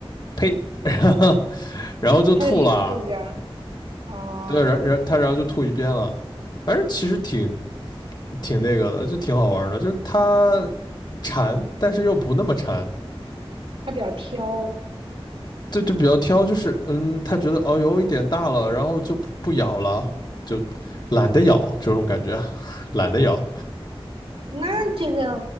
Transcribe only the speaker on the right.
它就给你吐一边儿，哦，
它比较挑。
那这个